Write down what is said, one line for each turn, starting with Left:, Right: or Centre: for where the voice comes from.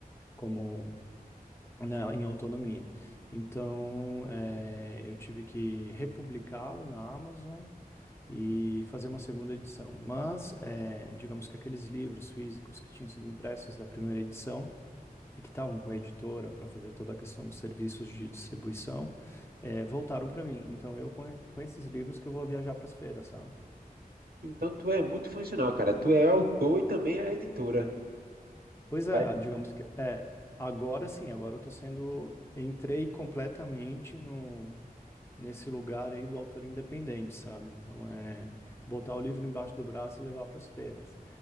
Left: Como, né, em autonomia. Então, é, eu tive que republicá-lo na Amazon, e fazer uma segunda edição. Mas, eh, digamos que aqueles livros físicos que tinham sido impressos da primeira edição e que estavam com a editora para fazer toda a questão dos serviços de distribuição, eh, voltaram para mim. Então, eu com, com esses livros que eu vou viajar para as feiras, sabe?
Right: Então tu é multifuncional, cara. Tu é autor e também é editora.
Left: Pois é,
Right: Vai-
Left: digamos que é, agora sim, agora eu tô sendo, entrei completamente no nesse lugar aí do autor independente, sabe? Então é botar o livro embaixo do braço e levar para as feiras.